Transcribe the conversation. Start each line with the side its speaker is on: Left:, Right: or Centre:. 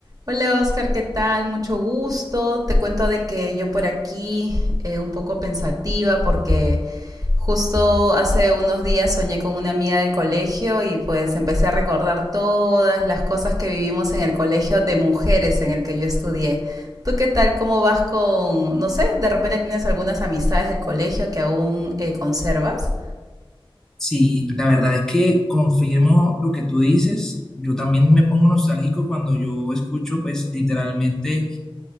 Right: Hola Oscar, ¿qué tal? Mucho gusto. Te cuento de que yo por aquí eh, un poco pensativa porque justo hace unos días soñé con una amiga del colegio y pues empecé a recordar todas las cosas que vivimos en el colegio de mujeres en el que yo estudié. ¿Tú qué tal? ¿Cómo vas con, no sé, de repente tienes algunas amistades del colegio que aún eh, conservas?
Centre: Sí, la verdad es que confirmo lo que tú dices. Yo también me pongo nostálgico cuando yo escucho, pues, literalmente